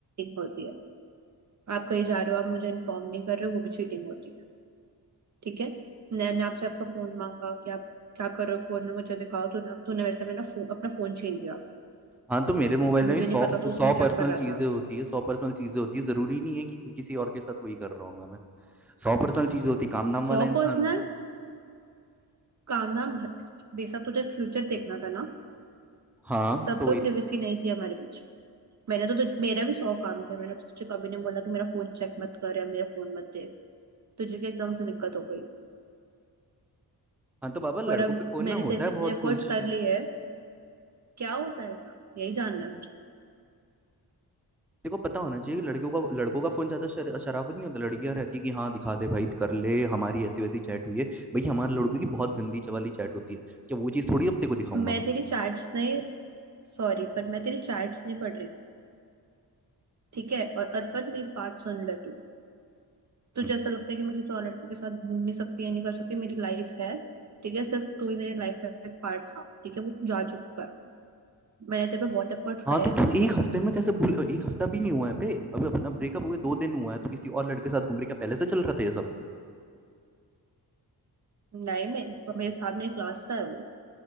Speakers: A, on the right; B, in the centre.
A: होती है आप कहीं जा रहे हो आप मुझे इन्फॉर्म नहीं कर रहे हो वो भी चीटिंग होती है ठीक है मैंने आपसे आपका फोन मांगा कि आप क्या कर रहे हो फोन में मुझे दिखाओ तूने तूने मेरे से मेरा फो, अपना फोन छीन लिया
B: हाँ तो मेरे मोबाइल
A: मुझे
B: में भी सौ
A: नहीं पता तो उसमें
B: सौ
A: क्या
B: पर्सनल
A: कर रहा
B: चीजें
A: था
B: होती है सौ पर्सनल चीजें होती है जरूरी नहीं है कि किसी और के साथ वही कर रहा हूँ मैं सौ पर्सनल चीजें होती काम धाम वाला
A: सौ
B: इंसान
A: पर्सनल
B: हूँ।
A: काम धाम बेसा तुझे फ्यूचर देखना था ना
B: हाँ
A: तब
B: तो
A: कोई
B: वही
A: प्रिवेसी नहीं थी हमारे बीच में मैंने तो तुझ मेरा भी सौ काम थे मैंने तो तुझे कभी नहीं बोला कि मेरा फोन चेक मत कर या मेरा फोन मत देख तुझे क्या एकदम से दिक्कत हो गई
B: हाँ तो बाबा लड़कों
A: और अब
B: के फोन
A: मैंने
B: में होता
A: तेरे पे
B: है
A: इतने
B: बहुत
A: एफर्ट्स
B: कुछ
A: कर लिए हैं क्या होता है ऐसा यही जानना है मुझे
B: देखो पता होना चाहिए कि लड़कियों का लड़कों का फोन ज्यादा शर, शराफत नहीं होता लड़कियां रहती कि हाँ दिखा दे भाई कर ले हमारी ऐसी वैसी चैट हुई है भाई हमारे लड़कों की बहुत गंदी च- वाली चैट होती है क्या वो चीज थोड़ी अब तेरे को दिखाऊंगा
A: मैं
B: मैं
A: तेरी चैट्स नहीं सॉरी पर मैं तेरी चैट्स नहीं पढ़ रही थी ठीक है और अर्पण मेरी बात सुन ले तू तुझे
B: हम्म।
A: ऐसा लगता है कि मैं किसी और लड़के के साथ घूम नहीं सकती या नहीं कर सकती मेरी लाइफ है ठीक है सिर्फ तू ही मेरी लाइफ का एक पार्ट था ठीक है वो तू जा चुका है मैंने तेरे पे बहुत एफर्ट्स
B: हाँ
A: करे
B: तो
A: हैं
B: तू एक हफ्ते में कैसे भूल एक हफ्ता भी नहीं हुआ है बे अभी अपना ब्रेकअप हुए दो दिन हुआ है तो किसी और लड़के के साथ घूम रही क्या पहले से चल रहा था ये सब
A: नहीं मैं मेरे साथ मेरी क्लास का है वो